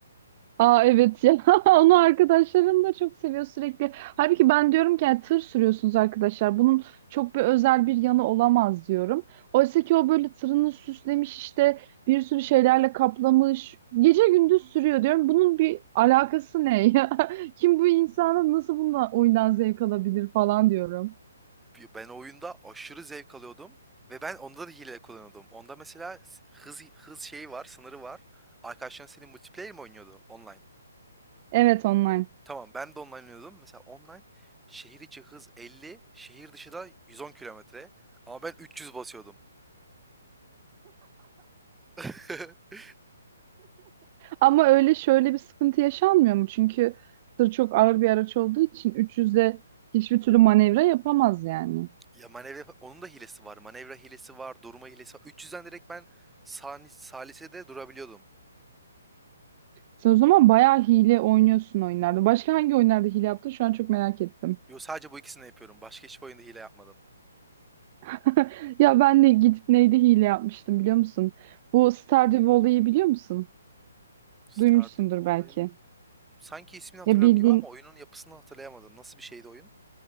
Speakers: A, on the right; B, in the centre.
A: Aa evet ya <laughs> onu arkadaşlarım da çok seviyor sürekli. Halbuki ben diyorum ki yani tır sürüyorsunuz arkadaşlar. Bunun çok bir özel bir yanı olamaz diyorum. Oysa ki o böyle tırını süslemiş işte bir sürü şeylerle kaplamış. Gece gündüz sürüyor diyorum. Bunun bir alakası ne ya? <laughs> Kim bu insana nasıl bununla oyundan zevk alabilir falan diyorum.
B: ben oyunda aşırı zevk alıyordum ve ben onda da hile kullanıyordum. Onda mesela hız hız şeyi var, sınırı var. Arkadaşların senin multiplayer mi oynuyordu online?
A: Evet online.
B: Tamam, ben de online oynuyordum. Mesela online şehir içi hız 50, şehir dışı da 110 kilometre. Ama ben 300 basıyordum. <laughs>
A: Ama öyle şöyle bir sıkıntı yaşanmıyor mu? Çünkü tır çok ağır bir araç olduğu için 300'de hiçbir türlü manevra yapamaz yani.
B: Ya manevra onun da hilesi var. Manevra hilesi var, durma hilesi var. 300'den direkt ben sani, salise de durabiliyordum.
A: Sen o zaman bayağı hile oynuyorsun oyunlarda. Başka hangi oyunlarda hile yaptın? Şu an çok merak ettim.
B: Yo sadece bu ikisini yapıyorum. Başka hiçbir oyunda hile yapmadım.
A: <laughs> Ya ben de gidip neydi hile yapmıştım biliyor musun? Bu Stardew Valley'i biliyor musun?
B: Stardew
A: Duymuşsundur
B: Valley
A: belki.
B: Sanki ismini hatırlıyorum
A: Ya bildiğin
B: gibi ama oyunun yapısını hatırlayamadım. Nasıl bir şeydi oyun?